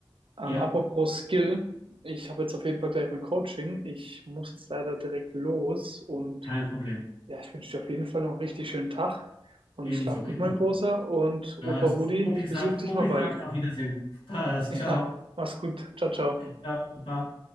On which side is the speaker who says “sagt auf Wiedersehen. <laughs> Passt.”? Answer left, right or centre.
Left